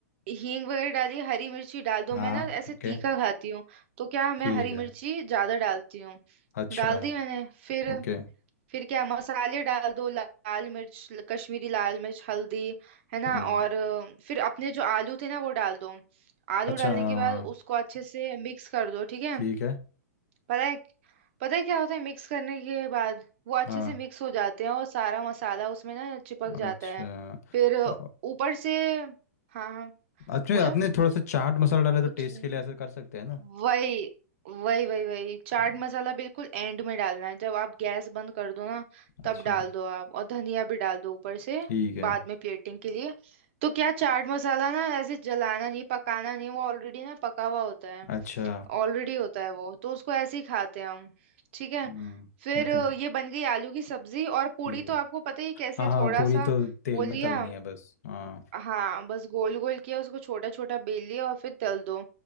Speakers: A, on the right; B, on the left.
A: हींग वगैरह डाली हरी मिर्ची डाल दो
B: हाँ
A: मैं ना ऐसे
B: ओके
A: तीखा खाती हूँ तो क्या मैं
B: ठीक
A: हरी
B: है
A: मिर्ची ज्यादा डालती हूँ
B: अच्छा
A: डाल दी मैंने फिर
B: ओके
A: फिर क्या मसाले डाल दो ला- लाल मिर्च ल- कश्मीरी लाल मिर्च हल्दी है ना
B: हम्म
A: और अ, फिर अपने जो आलू थे ना वो डाल दो आलू
B: अच्छा
A: डालने
B: हाँ
A: के बाद उसको अच्छे से मिक्स कर दो ठीक है
B: ठीक है
A: पता है पता है क्या होता है मिक्स करने के बाद वो अच्छे
B: हाँ
A: से मिक्स हो जाते हैं और सारा मसाला उसमें ना चिपक
B: अच्छा
A: जाता है फिर
B: अ-
A: ऊपर से हाँ हाँ।
B: अच्छा
A: बोलो
B: आपने थोड़ा सा चाट मसाला डाला तो
A: कुछ
B: टेस्ट के लिए ऐसा कर सकते हैं ना
A: वही वही वही वही चाट
B: हम्म,
A: मसाला बिल्कुल एंड में डालना है जब आप गैस बंद कर दो ना
B: अच्छा
A: तब डाल दो आप और धनिया भी डाल दो ऊपर से
B: ठीक है
A: बाद में प्लेटिंग के लिए तो क्या चाट मसाला ना ऐसे जलाना नहीं पकाना नहीं वो ऑलरेडी ना पका हुआ होता है
B: अच्छा
A: ऑलरेडी होता है वो तो उसको ऐसे ही खाते हैं हम ठीक है
B: हम्म
A: फिर
B: ओके
A: अ, ये बन गई आलू की सब्जी और पूड़ी
B: ठीक
A: तो
B: है
A: आपको पता ही है कैसे
B: हाँ हाँ
A: थोड़ा
B: पूरी
A: सा
B: तो तेल
A: वो लिया
B: में तलनी है बस हाँ
A: हाँ बस गोल गोल किया उसको छोटा छोटा बेल लिया और फिर तल दो